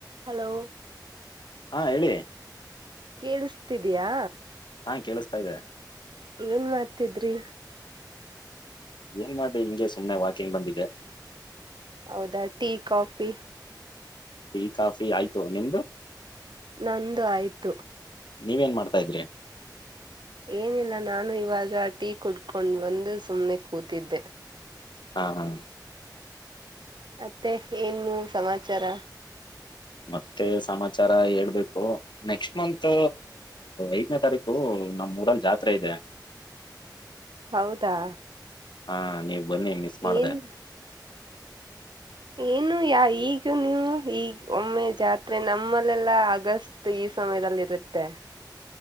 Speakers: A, on the right (about 80°); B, on the left (about 80°).
A: ಹಲೋ
B: ಹಾ ಹೇಳಿ.
A: ಕೇಳಿಸ್ತಿದಯಾ
B: ಹಾ ಕೇಳಿಸ್ತಾ ಇದೆ.
A: ಏನ್ ಮಾಡ್ತಿದ್ರಿ.
B: ಏನ್ ಮಾಡೆ ಹಿಂಗೆ ಸುಮ್ನೆ ವಾಕಿಂಗ್ ಬಂದಿದೆ.
A: ಹೌದಾ ಟೀ ಕಾಫಿ.
B: ಟೀ, ಕಾಫೀ ಆಯ್ತು ನಿಮ್ದು.
A: ನಂದು ಆಯ್ತು.
B: ನೀವೇನ್ ಮಾಡ್ತಾ ಇದ್ರಿ.
A: ಏನಿಲ್ಲ ನಾನು ಇವಾಗ ಟೀ ಕುಡ್ಕೊಂಡ್ ಬಂದು ಸುಮ್ನೆ ಕೂತಿದ್ದೆ.
B: ಹಾ ಹಾ.
A: ಮತ್ತೆ ಏನು ಸಮಾಚಾರ.
B: ಮತ್ತೆ ಸಮಾಚಾರ ಹೇಳ್ಬೇಕು ನೆಕ್ಸ್ಟ್ ಮಂತ್ ಐದನೇ ತಾರೀಕು ನಮ್ಮ್ ಊರಲ್ಲಿ ಜಾತ್ರೆ ಇದೆ.
A: ಹೌದಾ
B: ಹಾ ನೀವು. ಬನ್ನಿ ಮಿಸ್ ಮಾಡ್ದೆ.
A: ಏನ್ ಏನು ಯಾ ಈಗ ನೀವು ಈಗ್ ಒಮ್ಮೆ ಜಾತ್ರೆ ನಮ್ಮಲ್ಲೆಲ್ಲ ಅಗಸ್ಟ್ ಈ ಸಮಯದಲ್ಲಿ ಇರುತ್ತೆ.